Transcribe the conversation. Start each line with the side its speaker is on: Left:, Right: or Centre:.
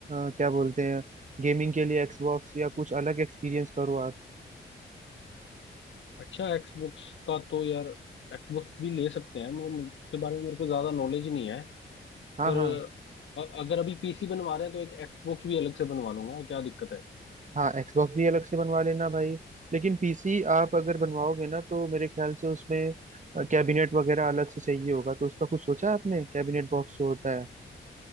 Right: अ, क्या बोलते हैं गेमिंग के लिए एक्सबॉक्स या कुछ अलग एक्सपीरियंस करो आप
Left: अच्छा एक्सबॉक्स का तो यार एक्सबॉक्स भी ले सकते हैं मगर मुझे- उसके बारे में मेरे को ज्यादा नॉलेज ही नहीं है
Right: हाँ
Left: पर
Right: हाँ
Left: अ- अगर अभी पीसी बनवा रहे हैं तो एक एक्सबॉक्स भी अलग से बनवा लूंगा क्या दिक्कत है
Right: हाँ एक्सबॉक्स भी अलग से बनवा लेना भाई लेकिन पीसी आप अगर बनवाओगे ना तो मेरे ख्याल से उसमें कैबिनेट वगैरह अलग से चाहिए होगा तो उसका कुछ सोचा है आपने कैबिनेट बॉक्स जो होता है